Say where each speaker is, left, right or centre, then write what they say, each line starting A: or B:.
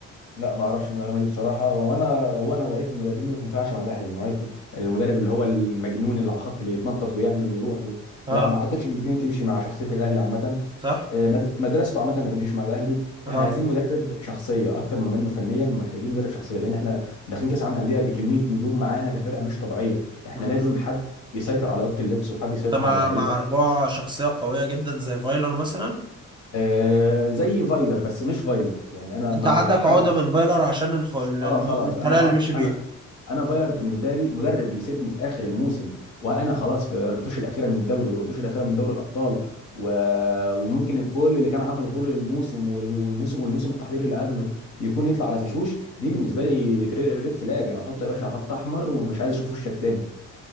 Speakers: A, on the left; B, on the right.
A: لا ما اعرفش المعلومه دي بصراحه وانا هو نوعيه المدربين دي ما تنفعش مع الاهلي نوعيه المدرب اللي هو المجنون اللي على الخط اللي يتنطط ويعمل ويروح وي...
B: اه
A: لا ما اعتقدش ان دي تمشي مع شخصيه الاهلي عامه
B: صح
A: آه، مد- مدرسته عامه ما تمشيش مع الاهلي
B: اه
A: احنا عايزين مدرب شخصيه اكتر ما منه فنيا محتاجين مدرب شخصيه لان احنا داخلين كاس عالم الانديه بكميه نجوم معانا في الفرقه مش طبيعيه احنا
B: امم
A: لازم حد يسيطر على اوضه اللبس وحد يسيطر
B: انت مع
A: على اللعيبه
B: مع رجوع شخصية قوية جدا زي فايلر مثلا
A: آه زي فايلر بس مش فايلر يعني انا
B: انت
A: مع
B: عندك
A: حد
B: عقدة من فايلر عشان الخ... ال-
A: اه
B: ال-
A: خلاص
B: الطريقة
A: انا
B: اللي مشي بيها
A: انا انا فايلر بالنسبه لي مدرب يسيبني في اخر الموسم وانا خلاص في الرتوش الاخيره من الدوري والرتوش الاخيره من دوري الابطال و... وممكن كل اللي كان عمله طول الموسم والم- والموسم والموسم التحضيري اللي قبله يكون يطلع على فشوش دي بالنسبه لي فري- ريد فلاج انا احط يا باشا خط احمر ومش عايز اشوف وشك تاني